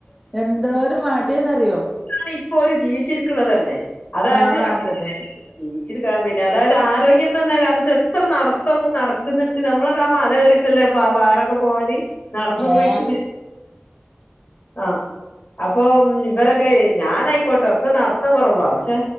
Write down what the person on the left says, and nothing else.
ണ് ഇപ്പോ ഒരു ജീവിച്ചിരിക്കണ തന്നെ അതായത്
ജീവിച്ചിരിക പിന്നെ അതായത് ആരോഗ്യം തന്നെ കാരണം വെച്ചാ എത്ര നടത്തം നടക്കുന്നുണ്ട് നമ്മളകെ മലകേറി ല്ലേ പാറൊക്കെ പോവല് നടന്നു
പോയിട്ട് ആഹ അപ്പൊ ഇവരൊക്കെ ഞാനയിക്കോട്ടെ ഒക്കെ നടത്തം കുറവാ പക്ഷെ